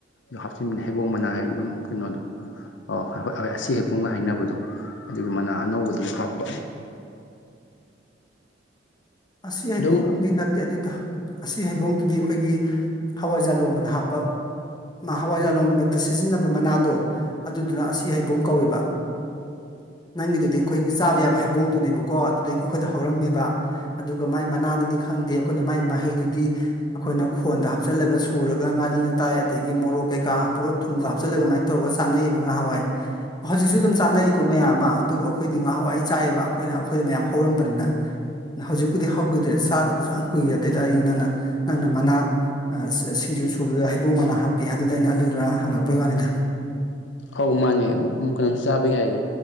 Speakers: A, on the left; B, on the left.
A: ꯑ ꯍꯥꯞꯆꯤꯟ ꯍꯩꯕꯣꯡ ꯃꯅꯥ ꯍꯥꯏꯗꯤ ꯑꯗꯨꯝ ꯀꯩꯅꯣꯗꯣ ꯑꯣꯏ ꯑꯈꯣꯏ ꯑꯁꯤ ꯍꯩꯕꯣꯡꯒ ꯍꯥꯏꯅꯕꯗꯣ ꯑꯗꯨꯒꯤ ꯃꯅꯥ ꯑꯅꯧꯕꯗꯨꯁꯨ ꯍꯥꯞꯄ
B: ꯑꯁꯤ ꯍꯥꯏꯕꯣꯡꯗꯤ
A: ꯑꯗꯨꯝ
B: ꯅꯠꯇꯦ ꯑꯗꯨꯗ ꯑꯁꯤ ꯍꯩꯕꯣꯡꯗꯨꯗꯤ ꯑꯈꯣꯏꯒꯤ ꯍꯋꯥꯏꯖꯥ ꯂꯣꯟꯕꯅ ꯍꯥꯞꯄ ꯍꯋꯥꯏꯖꯔ ꯂꯣꯟꯕꯗ ꯁꯤꯖꯤꯟꯅꯕ ꯃꯅꯥꯗꯣ ꯑꯗꯨꯗꯨꯅ ꯑꯁꯤ ꯍꯩꯕꯣꯡ ꯀꯧꯏꯕ ꯅꯪꯒꯤꯗꯨꯗꯤ ꯑꯈꯣꯏꯒꯤ ꯆꯥꯕ ꯌꯥꯕ ꯍꯩꯕꯣꯡꯗꯨꯅꯦꯕꯀꯣ ꯑꯗꯨꯗꯒꯤ ꯑꯩꯈꯣꯏꯗ ꯍꯧꯔꯝꯃꯤꯕ ꯑꯗꯨꯒ ꯃꯥꯏ ꯃꯅꯥꯗꯨꯗꯤ ꯈꯪꯗꯦ ꯑꯈꯣꯏꯅ ꯃꯥꯏ ꯃꯍꯩꯗꯨꯗꯤ ꯑꯩꯈꯣꯏꯅ ꯈꯣꯟꯗ ꯍꯥꯞꯆꯤꯜꯂꯒ ꯁꯨꯔꯒ ꯉꯥꯔꯤ ꯉꯔꯤ ꯉꯇꯥꯏ ꯑꯗꯩ ꯃꯣꯔꯣꯛ ꯀꯩꯀ ꯊꯨꯝ ꯍꯥꯞꯆꯜꯂ ꯑꯗꯨ ꯇꯧꯔꯒ ꯆꯅꯩꯌꯦꯕ ꯅꯍꯥꯋꯥꯏꯍꯧꯖꯤꯛꯁꯨ ꯑꯗꯨꯝ ꯆꯥꯅꯔꯤꯀꯣ ꯃꯌꯥꯝ ꯑꯃ ꯑꯗꯨꯕꯨ ꯑꯩꯈꯣꯏꯗꯤ ꯉꯍꯋꯥꯏ ꯆꯥꯏꯌꯦꯕ ꯑꯩꯈꯣꯏꯅ ꯑꯩꯈꯣꯏꯗ ꯃꯌꯥꯝ ꯍꯧꯔꯝꯕꯅꯤꯅ ꯍꯧꯖꯤꯛꯄꯨꯗꯤ ꯍꯧꯈꯤꯗꯦ ꯆꯥꯗꯕꯁꯨ ꯌꯥꯝ ꯀꯨꯏꯔꯦ ꯑꯩꯗꯩ ꯅꯪꯅ ꯅꯪꯅ ꯃꯅꯥ ꯁꯤꯡꯖꯨ ꯁꯨꯕꯗ ꯍꯩꯕꯣꯡ ꯃꯅꯥ ꯍꯥꯞꯄꯤ ꯍꯥꯏꯗꯨꯗ ꯑꯩꯅ ꯑꯗꯨꯗꯨ ꯍꯪꯉꯛꯄꯩ ꯋꯥꯅꯤꯗ
A: ꯑꯧ ꯃꯥꯅꯦ ꯀꯩꯅꯣꯝꯁꯨ ꯆꯥꯕ ꯌꯥꯏꯌꯦ